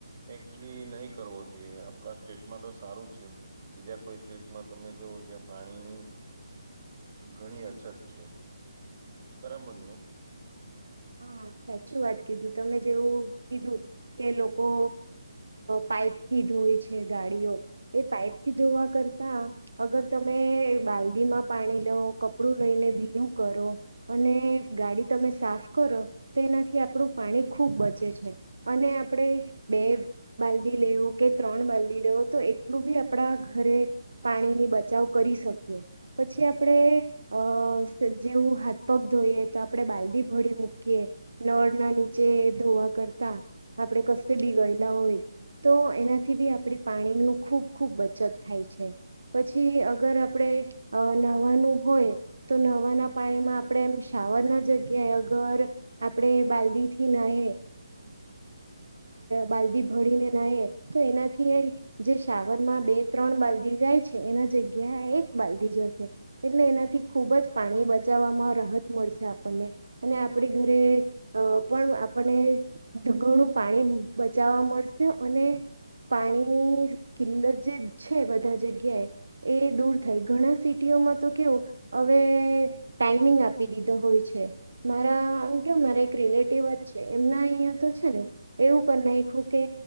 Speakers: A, on the right; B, on the right.
A: એકચુલી નહી કરવો જોઈએ. આપણા સ્ટેટમાં તો સારું છે. બીજા કોઈ સ્ટેટમાં તમે જોવ જ્યા પાણીની ઘણી અછત છે. બરાબર ને
B: હા સાચી વાત કીધું તમે, જેવું કીધું કે લોકો પાઈપથી ધોય છે. ગાડીઓ એ પાઈપથી ધોવા કરતાં અગર તમે, બાલ્દીમાં પાણી લેવ કપડું લઈને બી ું કરો અને ગાડી તમે, સાફ કરો તેનાથી આપણું પાણી ખૂબ બચે છે. અને આપણે બે બાલ્દી લેવું કે ત્રણ બાલ્દી લેવું તો એટલું બી આપણા ઘરે પાણીની બચાવ કરી શકીએ. પછી આપડે અ જેવું હાથ પગ ધોઈએ. તો આપણે બાલદી ભળડી મુૂકી શ નળના નીચે ધોવા કરતા આપણે કસે બી ગયેલા હોય તો એનાથી બી આપડી પાણીનું ખૂબ ખૂબ બચત થાય છે પછી અગર આપણે નાહવાનું હોય તો નાહવાના પાણીમાં માં આપણેે એમ શાવરના જગ્યાએ અગર આપણે બાલ્દીથી નાયએ બાલ્દી ભળીને નાયએ તો એનાથી જે શાવર માં બે ત્રણ બાલ્દી જાય છે. એના જગ્યા એક બાલ્દી જશે એટલે એનાથી ખૂબ જ પાણી બચાવવામાં રાહત મળશે આપણને અને આપ ઘરે <unintelligible> પણ આપણનેઘણું પાણી બચાવવા મળશે અને પાણીની કિલ્લત જે છે બધા જગ્યાએ એ દૂર થાય ઘણા સી તો કેવું <unintelligible> <unintelligible> ટાઈમિંગ આપી દીધો હોય છે. મારા કે મારા એક રિલેટિવ જ છે. એમના અહંયા તો છે ને એવું કરીનેખું કે